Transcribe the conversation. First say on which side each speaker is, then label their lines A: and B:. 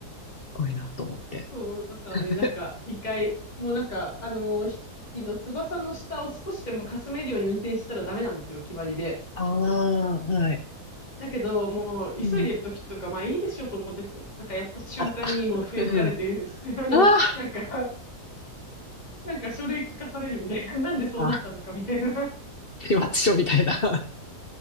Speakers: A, on the left; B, on the left.
A: ごいなと思って。
B: そう、だからね、
A: <laughs>
B: なんか、一回、もうなんか、あのー、ひの翼の下を少しでもかすめるように運転したらダメなんですよ、決まりで。
A: ああ、はい。
B: だけど、もう、急いでる時とか、
A: うん。
B: まあいいでしょと思って、なんかやった瞬間にもう笛吹かれて、
A: あら、<laughs> うん。
B: <laughs> あの、
A: あ
B: なんか、なんか書類書かされるみたいな、<laughs> なんでそうなったのかみたいな。
A: あ、<laughs> あ、始末書みたいな。